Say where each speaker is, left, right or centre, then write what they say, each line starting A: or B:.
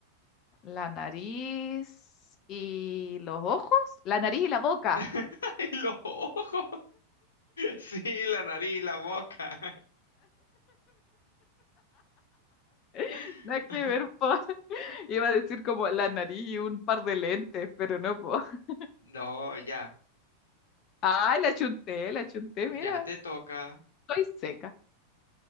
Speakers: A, on the left (about 35°); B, on the left (about 65°).
A: la nariz y los ojos, la nariz y la boca.
B: <laughs> Y los ojos. Sí, la nariz, la boca. <laughs>
A: <laughs> Nada que ver, po. <laughs> Iba a decir como la nariz y un par de lentes, pero no, po. <laughs>
B: No, ya.
A: Ay, la chunté, la chunté,
B: Ya
A: mira,
B: te toca.
A: estoy seca.